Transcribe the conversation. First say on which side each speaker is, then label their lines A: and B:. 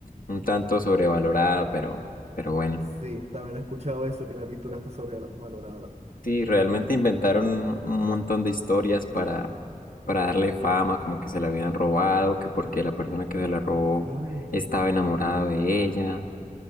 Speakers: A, on the left (about 70°); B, on the right (about 45°).
A: un tanto sobrevalorada, pero, pero bueno.
B: Sí, también he escuchado eso, que la pintura está sobrevalorada.
A: Sí, realmente inventaron un un montón de historias para, para darle fama, como que se la habían robado, que porque la persona que se la robó
B: Sí,
A: estaba enamorado de ella